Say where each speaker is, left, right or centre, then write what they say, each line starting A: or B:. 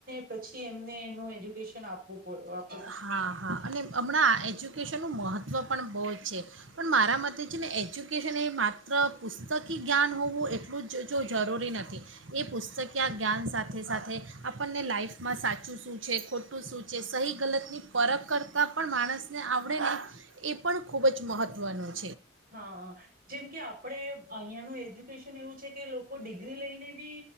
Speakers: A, on the right; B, on the right.
A: પછી એમને એનું એજ્યુકેશન આપવું પડ
B: હા હા અને હમણાં એજ્યુકેશનનું મહત્વ વ પણ બહુ જ છે પણ મારા મતે છે ને એજ્યુકેશન એ માત્ર પુસ્તકી જ્ઞાન હોવું એટલું જ જો જરૂરી નથી એ પુસ્તક આ જ્ઞાન સાથે સાથે આપણને લાઈફમાં સાચું શું છે ખોટું શું છે સહી ગલત ની પરરખ કરતાં પણ માણસને આવડે નેં એ પણ ખૂબ જ મહત્ત્વનું છે
A: હા જેમ કે આપણે અહંયાનું એજ્યુકેશન એવું છે કે લોકો ડિગ્રી લઈને બી